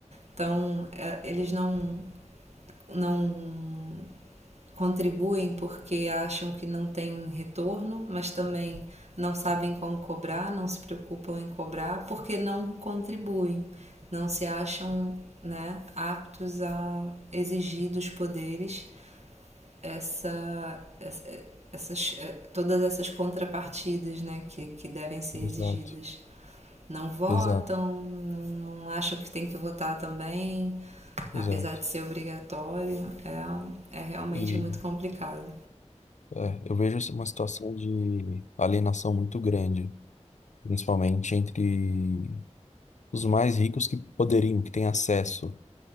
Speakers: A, on the right; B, on the left.
A: Então, é, eles não não contribuem porque acham que não tem retorno, mas também não sabem como cobrar, não se preocupam em cobrar porque não contribuem, não se acham né, aptos a exigir dos poderes essa, essas, eh, todas essas contrapartidas né, que, que devem ser
B: exato,
A: exigidas. Não votam,
B: exato,
A: não, não acham que tem que votar também,
B: exato.
A: apesar de ser obrigatório, é, é realmente
B: E
A: muito complicado.
B: é, eu vejo assim, uma situação de alienação muito grande, principalmente entre os mais ricos que poderiam, que têm acesso.